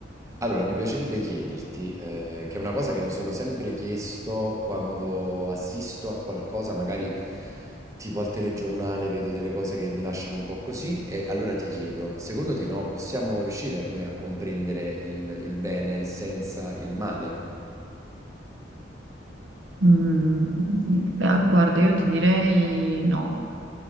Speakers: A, on the right; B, on the right.
A: Allora, mi piacerebbe chiederti, eh, che è una cosa che mi sono sempre chiesto quando assisto a qualcosa, magari tipo al telegiornale vedo delle cose che mi lasciano un po' così, e allora ti chiedo, secondo te no, possiamo riuscire noi a comprendere il, il bene senza il male?
B: Mm, ah, guarda, io ti direi no.